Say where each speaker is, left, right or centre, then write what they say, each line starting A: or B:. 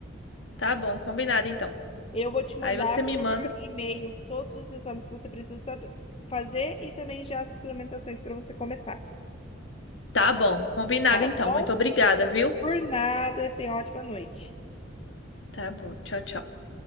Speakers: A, on the left; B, on the left.
A: Tá bom, combinado então.
B: Eu vou te mandar
A: Aí você me
B: por
A: manda.
B: e-mail todos os exames que você precisa saber fazer e também já as suplementações para você começar,
A: Tá bom, combinado
B: tá
A: então.
B: bom?
A: Muito obrigada, viu?
B: Por nada, tenha ótima noite.
A: Tá bom, tchau, tchau.